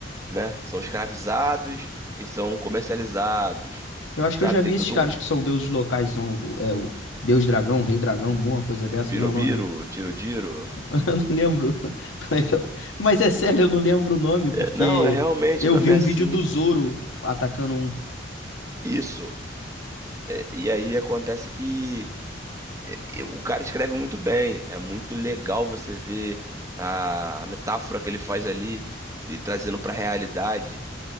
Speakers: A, on the right; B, on the left.
A: né, são escravizados e são comercializados.
B: Eu acho
A: Sabe?
B: que eu já vi
A: Tem
B: esses
A: todo
B: caras
A: um
B: que são deuses locais, são o- é, o Deus Dragão, Rei Dragão, uma coisa dessa,
A: pirobiro,
B: não é o nome?
A: tirodiro.
B: <laughs> Eu não lembro <laughs> como é que eu- Mas é sério, eu não lembro o nome, porque
A: É, não, é realmente,
B: eu
A: o nome
B: vi um
A: é assim.
B: vídeo do Zoro atacando um.
A: Isso. É, e aí acontece que e o cara escreve muito bem. É muito legal você ver a, a metáfora que ele faz ali, e trazendo pra realidade